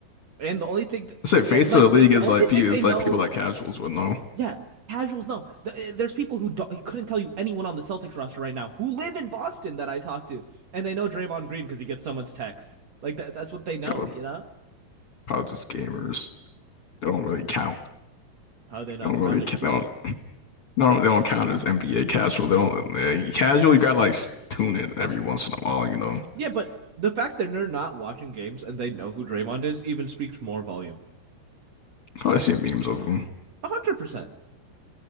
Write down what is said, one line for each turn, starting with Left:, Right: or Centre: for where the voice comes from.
Right: and the only thing,
Left: I say face
Right: that, like
Left: of the league
Right: they, the
Left: is
Right: only
Left: like
Right: thing
Left: people,
Right: they
Left: it's
Right: know
Left: like people that casuals would know.
Right: Yeah, casuals No, Th- uh, There's people who, do- who couldn't tell you anyone on the Celtics roster right now who live in Boston that I talk to, and they know Draymond Green because he gets so much text. Like that, that's what they
Left: It's
Right: know,
Left: kind of
Right: you know?
Left: probably just gamers. They don't really count.
Right: How they not
Left: They don't
Right: countish
Left: really count.
Right: people.
Left: They don't, they don't, they don't count as NBA casual. They don't uh, casual. You gotta like s- tune it every once in a while. You know,
Right: Yeah, but the fact that they're not watching games and they know who Draymond is even speaks more volume.
Left: probably see memes of them.
Right: 100%.